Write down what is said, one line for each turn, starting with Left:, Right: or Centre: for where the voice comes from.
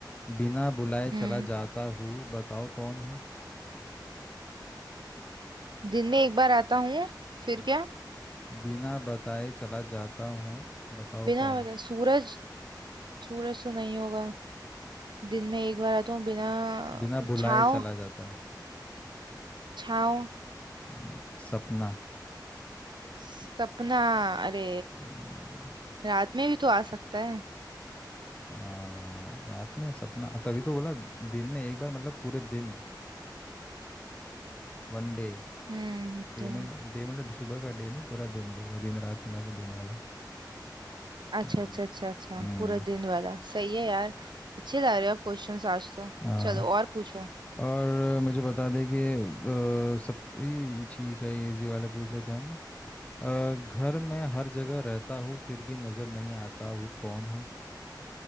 Left: बिना बुलाए चला
Right: हम्म
Left: जाता हूँ बताओ कौन हूँ
Right: दिन में एक बार आता हूँ फिर
Left: हम्म।
Right: क्या
Left: बिना बताए चला जाता हूँ बताओ
Right: बिना
Left: कौन
Right: बताए सूरज सूरज तो नहीं होगा दिन में एक बार आता हूँ बिना
Left: बिना बुलाए
Right: छाँव
Left: चला जाता हूँ
Right: छाँव
Left: नहीं सपना
Right: सपना अरे
Left: हम्म,
Right: रात में भी तो आ सकता है
Left: आ, रात में सपना तभी तो बोला दिन में एक बार मतलब पूरे दिन वन डे
Right: हम्म
Left: डे
Right: दिन
Left: में डे मतलब सुबह का डे नहीं पूरा दिन बोल रहा दिन रात मिला के दिन वाला
Right: अच्छा
Left: हम्म
Right: अच्छा अच्छा अच्छा
Left: हम्म,
Right: पूरा दिन वाला सही है यार अच्छे ला रहे हो आप क्वेश्चंस आज तो
Left: हाँ
Right: चलो और पूछो
Left: और मुझे बता दे कि अ, सब ये ठीक है इजी वाले पूछ लेते हैं हम अ, घर में हर जगह रहता हूँ फिर भी नज़र नहीं आता हूँ कौन हूँ